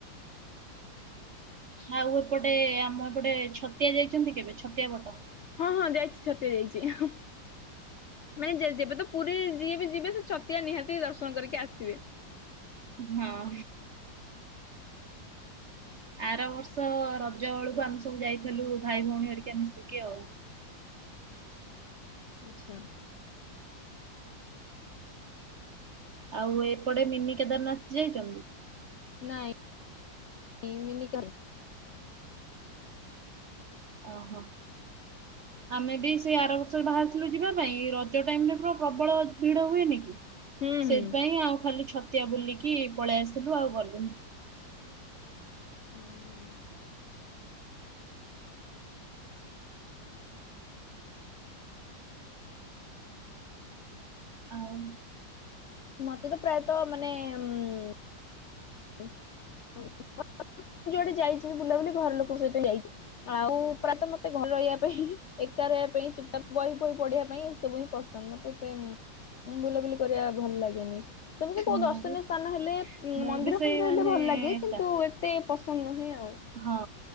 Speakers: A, on the right; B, on the left.
A: ଆଉ ଏପଟେ ଆମ ଏପଟେ ଛତିଆ ଯାଇଚନ୍ତି କେବେ ଛତିଆ ପଟ?
B: ହଁ ହଁ ଯାଇଚି ଛତିଆ ଯାଇଚି ମାନେ ଯେବେତ ପୁରୀ ଯିଏବି ଯିବେ ସେ ଛତିଆ ନିହାତି ଦର୍ଶନ କରିକି ଆସିବେ।
A: ହଁ। ଆର ବର୍ଷ ରଜ ବେଳକୁ ଆମେ ସବୁ ଯାଇଥିଲୁ ଭାଇ ଭଉଣୀ ହରିକା ମିଶିକି ଆଉ।
B: ଆଚ୍ଛା।
A: ଆଉ ଏପଟେ ମିନି କେଦାରନାଥ ଯାଇଚନ୍ତି?
B: ନାଇଁ <unintelligible>
A: ଓହୋ। ଆମେବି ସେଇ ଆର ବର୍ଷ ବାହାରିଥିଲୁ ଯିବା ପାଇଁ ଏଇ ରଜ ଟାଇମରେ ପୁରା ପ୍ରବଳ ଭିଡ଼ ହୁଏନିକି?
B: ହୁଁ
A: ସେଥିପାଇଁ
B: ହୁଁ।
A: ଆଉ ଖାଲି ଛତିଆ ବୁଲିକି ପଳେଇ ଆସିଲୁ ଆଉ ଗଲୁନୁ।
B: ହୁଁ।
A: ଆଉ।
B: ମତେତ ପ୍ରାୟତଃ ମାନେ ଉ <unintelligible> ମୁଁ ଯୁଆଡ଼େ ଯାଇଚି ବୁଲାବୁଲି ଘର ଲୋକଙ୍କ ସହିତ ଯାଇଚି। ଆଉ ପ୍ରାୟତଃ ମତେ ଘର ରହିବା ପାଇଁ ଏକା ରହିବା ପାଇଁ ବହି ବହି ପଢିବା ପାଇଁ ଏସବୁହିଁ ପସ ତତେ ବୁଲାବୁଲି କରିବା ଭଲ ଲାଗେନି। ସେମିତି କୋଉ
A: ମୁଁ
B: ଦର୍ଶନୀୟ
A: ବି
B: ସ୍ଥାନ ହେଲେ
A: ମୁଁ
B: ମନ୍ଦିର
A: ବି ସେଇ
B: ଫନ୍ଦିର
A: ମାନେ
B: ହେଲେ ଭଲ ଲାଗେ
A: ଏକା
B: କିନ୍ତୁ ଏତେ ପସନ୍ଦ ନୁହେଁ ଆଉ।
A: ହଁ।